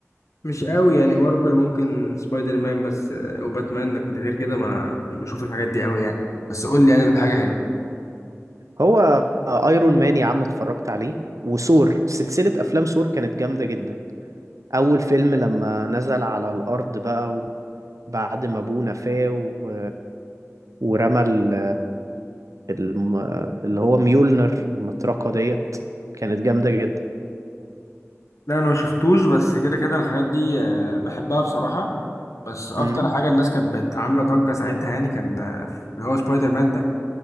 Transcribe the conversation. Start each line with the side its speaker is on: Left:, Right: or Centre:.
Left: مش قوي يعني مارفل ممكن سبايدر مان بس آه، وباتمان لكن غير كده ما مش بشوف الحاجات دي قوي يعني بس قول لي يعني لو في حاجه حلوه
Right: هو ايرون مان يا عم اتفرجت عليه وثور سلسلة افلام ثور كانت جامدة جدا اول فيلم لما نزل على الارض بقى وبعد ما ابوه نفاه و... ورمى ال... الم... اللي هو ميولنر المطرقة ديت كانت جامدة جدا
Left: لا انا ما شفتوش بس كده كده الحاجات دي آه، بحبها بصراحه بس اكتر
Right: امم
Left: حاجه الناس كانت بت- عامله ضجه ساعتها يعني كان آه، اللي هو سبايدر مان ده